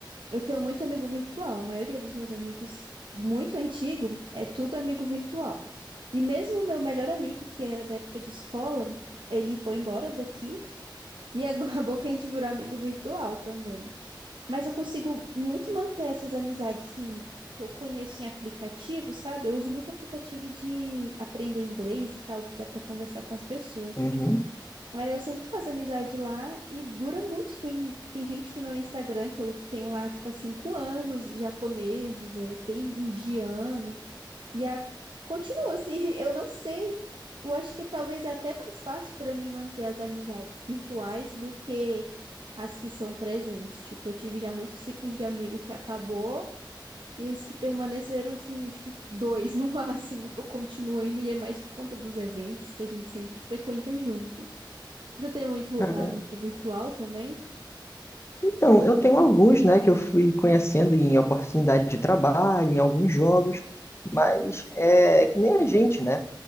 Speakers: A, on the right (about 70°); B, on the left (about 30°).
A: eu tenho muito amigo virtual, a maioria dos meus amigos muito antigo é tudo amigo virtual. E mesmo o meu melhor amigo, que era da época de escola, ele foi embora daqui E agora <laughs> acabou que a gente virou amigo virtual também. Mas eu consigo muito manter essas amizades, assim, que eu conheço em aplicativo, sabe? Eu uso muito aplicativo de aprender inglês e tal, que dá pra conversar com as pessoas.
B: Uhum.
A: Aí eu sempre faço amizade lá e dura muito. Tem, tem gente no meu Instagram que eu tenho lá, tipo, há cinco anos, japoneses, é, tem indiano. E a... continua assim, <laughs> eu não sei. Eu acho que talvez é até mais fácil para mim manter as amizades virtuais do que as que são presentes. Tipo, eu tive já muitos ciclos de amigo que acabou e os que permaneceram, assim, acho que dois no <laughs> máximo, que eu continuo indo e é mais por conta dos eventos que a gente sempre frequenta juntos. Você tem muito
B: Caramba.
A: amigo virtual também?
B: Então, eu tenho alguns, né, que eu fui conhecendo em oportunidade de trabalho, em alguns jogos, mas é que nem a gente, né?